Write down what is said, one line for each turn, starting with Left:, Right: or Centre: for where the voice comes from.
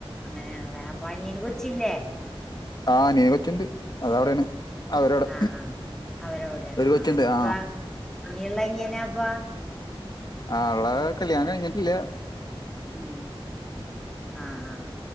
Centre: അങ്ങനയാണല്ലേ അപ്പൊ അനിയന് കൊച്ചില്ലേ
Left: ആഹ് അനിയന് കൊച്ചുണ്ട്
Centre: ആഹ്
Left: അതവിടെയാണ് അവരവിടെ
Centre: അഹ് അവരവിടെയാണ്
Left: ഒരു കൊച്ചുണ്ട്
Centre: ആഹ ഇനിയിപ്പ
Left: ആ
Centre: പിന്നെയള്ള അനിയന അപ്പ
Left: ആഹ ഉള്ള വൻ്റെകല്ല്യാണ കഴിഞ്ഞിട്ടില്ല
Centre: ഉം ആഹ് ആഹ്